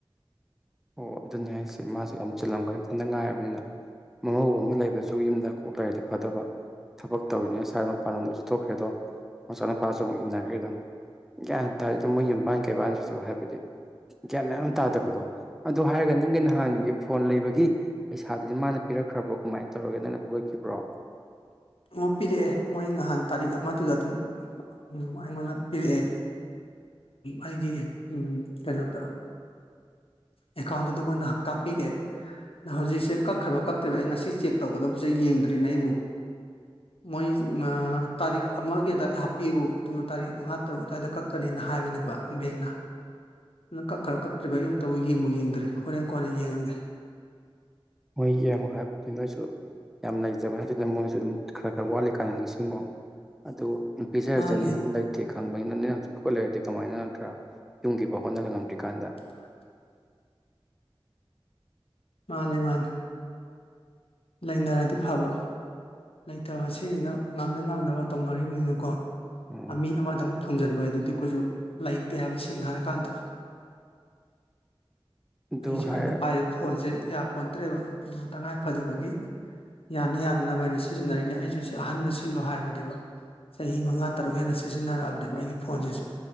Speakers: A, in the centre; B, on the left (about 75°).
A: ꯑꯣ ꯑꯗꯨꯅꯦ ꯍꯥꯏꯁꯦ ꯃꯥꯁꯦ ꯌꯥꯝ ꯆꯤꯜꯂꯝꯒ ꯏꯊꯟꯇ ꯉꯥꯏꯔꯕꯅꯤꯅ ꯃꯅꯧ ꯑꯃ ꯂꯩꯕꯁꯨ ꯌꯨꯝꯗ ꯀꯣꯛ ꯂꯩꯔꯗꯤ ꯐꯗꯕ ꯊꯕꯛ ꯇꯧꯔꯤꯅꯦ ꯁ꯭ꯋꯥꯏ ꯃꯄꯥꯟ ꯂꯝꯗꯧ ꯆꯠꯊꯣꯛꯈ꯭ꯔꯦ ꯑꯗꯣ ꯃꯆꯥꯅꯨꯄꯥꯁꯨ ꯑꯃꯨꯛ ꯏꯟꯅꯈ꯭ꯔꯦ ꯑꯗꯣ ꯒ꯭ꯌꯥꯟ ꯇꯥꯔꯦ ꯃꯣꯏ ꯌꯨꯝꯕꯥꯥꯟ ꯀꯩꯕꯥꯜꯁꯤꯁꯨ ꯍꯥꯏꯕꯗꯤ ꯒ꯭ꯌꯥꯟ ꯃꯌꯥꯝ
B: ꯎꯝ
A: ꯇꯥꯗꯕꯗꯣ ꯑꯗꯣ ꯍꯥꯏꯔꯒ ꯅꯪꯒꯤ ꯅꯍꯥꯟꯒꯤ ꯐꯣꯟ ꯂꯩꯕꯒꯤ ꯄꯩꯁꯥꯗꯨꯗꯤ ꯃꯥꯅ ꯄꯤꯔꯛꯈ꯭ꯔꯕ꯭ꯔꯣ ꯀꯃꯥꯏꯅ ꯇꯧꯔ ꯇꯔꯒꯦꯗꯅ ꯄꯨꯈꯤꯕ꯭ꯔꯣ
B: ꯑꯣ ꯄꯤꯔꯛꯑꯦ ꯃꯣꯏ ꯅꯍꯥꯟ ꯇꯥꯔꯤꯛ ꯑꯃꯗꯨꯗ ꯑꯗꯨꯝ ꯎꯝ ꯑꯩꯉꯣꯟꯗ ꯄꯤꯔꯛꯑꯦ ꯑꯩꯒꯤ ꯀꯩꯅꯣꯗ ꯑꯦꯀꯥꯎꯟꯗꯨꯗ ꯃꯣꯏꯅꯍ ꯀꯥꯞꯄꯤꯔꯦ ꯑꯗ ꯍꯧꯖꯤꯛꯁꯦ ꯀꯛꯈ꯭ꯔꯕ ꯀꯛꯇ꯭ꯔꯦꯕ ꯑꯩ ꯉꯁꯤ ꯆꯦꯛ ꯇꯧꯒꯗꯧꯕꯁꯦ ꯌꯦꯡꯗ꯭ꯔꯤꯅꯦ ꯑꯩꯕꯨ ꯃꯣꯏ ꯇꯥꯔꯤꯛ ꯑꯃꯒꯤ ꯑꯗꯨꯋꯥꯏꯗ ꯍꯥꯞꯄꯤꯌꯨ ꯑꯗꯨꯒ ꯇꯥꯔꯤꯛ ꯃꯉꯥ ꯇꯔꯨꯛ ꯑꯗꯨꯋꯥꯏꯗ ꯀꯛꯀꯅꯤꯅ ꯍꯥꯏꯕꯅꯦꯕ ꯕꯦꯡꯅ ꯅꯪ ꯀꯛ ꯈꯔ ꯀꯛꯇ꯭ꯔꯤꯕꯩ ꯑꯩꯨ ꯇꯕꯨ ꯌꯦꯡꯕꯨ ꯌꯦꯡꯗ꯭ꯔꯦ ꯍꯣꯔꯦꯟ ꯀꯣꯟꯅ ꯌꯦꯡꯉꯒꯦ
A: ꯍꯣꯏꯒꯤ ꯑꯃꯨꯛ ꯍꯥꯏꯕ ꯅꯣꯏꯁꯨ ꯌꯥꯝ ꯂꯩꯖꯕ ꯍꯥꯏꯗꯨꯅ ꯃꯣꯏꯁꯨ ꯑꯗꯨꯝ ꯈꯔ ꯈꯔ ꯋꯥꯠꯂꯤꯀꯥꯟꯅ ꯅꯤꯡꯁꯤꯡꯉꯣ ꯑꯗꯨ ꯄꯤꯁꯥꯔ
B: ꯃꯥꯅꯤ
A: ꯆꯅꯤ ꯌꯦ ꯂꯥꯏ ꯈꯪꯕꯅꯤꯅ ꯅꯅꯁꯨ ꯐꯨꯠꯂꯛꯑꯗꯤ ꯀꯃꯥꯏꯅ ꯅꯠꯇ꯭ꯔ ꯌꯨꯝꯈꯤꯕ ꯍꯣꯠꯅ ꯉꯗ꯭ꯔꯤꯀꯥꯟꯗ
B: ꯀ ꯃꯥꯅꯦ ꯃꯥꯅꯦ ꯂꯩꯅꯔꯗꯤ ꯐꯕ ꯂꯩꯇꯕ ꯁꯤꯁꯤꯅ ꯉꯥꯝꯅ ꯉꯥꯝꯅꯕ ꯇꯧꯅꯔꯤꯕꯅꯤꯅꯀꯣ
A: ꯎꯝ
B: ꯃꯤ ꯑꯃꯗ ꯑꯃꯨꯛ ꯊꯣꯡꯖꯤꯟꯕ ꯍꯥꯏꯗꯨꯗꯤ ꯑꯩꯈꯣꯏꯁꯨ ꯂꯩꯇꯦ ꯍꯥꯏꯕ ꯁꯦꯡꯅ ꯍꯥꯏꯔꯀꯥꯟꯗ
A: ꯑꯗꯨ
B: ꯑꯩꯁꯨ
A: ꯍꯥꯏꯔ
B: ꯑꯩꯅ ꯄꯥꯏꯔꯤꯕ ꯐꯣꯟꯁꯦ ꯌꯥ ꯄꯣꯟꯇ꯭ꯔꯦꯕ ꯑꯗꯨꯕꯨ ꯇꯉꯥꯏ ꯐꯗꯕꯒꯤ ꯌꯥꯅ ꯌꯥꯅꯅꯕ ꯍꯥꯏꯅ ꯁꯤꯖꯤꯟꯅꯔꯤꯅꯦ ꯑꯩꯁꯨ ꯁꯤ ꯑꯍꯟꯕ ꯁꯤꯜꯂꯣ ꯍꯥꯏꯔꯕꯅꯦꯕ ꯆꯍꯤ ꯃꯉꯥ ꯇꯔꯨꯛ ꯍꯦꯟꯅ ꯁꯤꯖꯤꯟꯅꯔꯛꯑꯕꯅꯦꯕ ꯑꯩꯒꯤ ꯐꯣꯟꯁꯤꯁꯨ